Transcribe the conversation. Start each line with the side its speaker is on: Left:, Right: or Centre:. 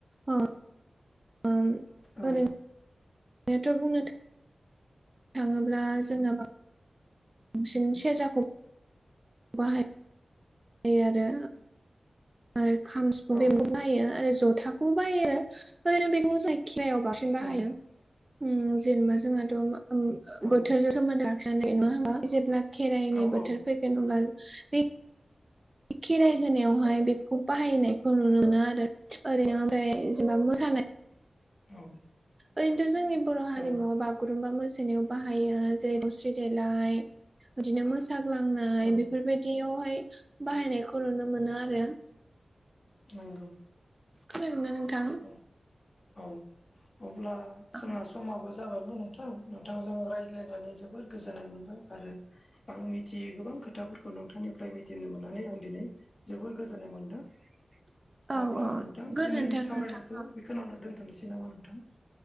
Right: ओ ओरै
Left: औ
Right: ओरैथ' बुंनो थाङोब्ला जोंनाबा बांसिन सेरजाखौ बाहायो आरो आरो खाम सिफुं
Left: औ
Right: बेंबु बायो आरो जथाखौबो बाहायो। ओरैनो बेखौ जायखिजायाव बांसिन बाहायो
Left: औ
Right: जेनेबा जोंनाथ'
Left: औ
Right: बोथोरजों सोमोन्दो लाखिनानै नङा हा जेब्ला खेराइनि
Left: औ
Right: बोथोर फैगोन होनब्ला बे खेराइ होनायावहाय बेफोरखौ बाहायनायखौ नुनो मोनो आरो ओरैनो ओमफ्राय जेनेबा मोसानाय
Left: औ
Right: ओरैनोथ' जोंनि बर' हारिमुआव
Left: औ
Right: बाग बागुरुम्बा मोसानायाव बाहायो जेरै दावस्रि देलाय बिदिनो मोसाग्लांना
Left: औ
Right: बेफोरबायदियावहाय बाहायनायखौ नुनो मोनो आरो।
Left: नंगौ।
Right: खोनादोंना नोंथां?
Left: औ औ अब्ला
Right: औ
Left: जोंहा समाबो जाबायमोन। नोंथां नोंथांजों रायज्लायनानै जोबोर गोजोननाय मोनबाय आरो आं मिथियै गोबां खोथाफोरखौ नोंथांनिफ्राय मिथिनो मोननानै आं दिनै जोबोर गोजोननाय मोन्दों।
Right: <inaudible>
Left: अब्ला नोंथां
Right: गोजोनथों
Left: जोंनि सावरायनायखौ
Right: नोंथां
Left: बेखिनावनो दोनथ'नोसै नामा नोंथां?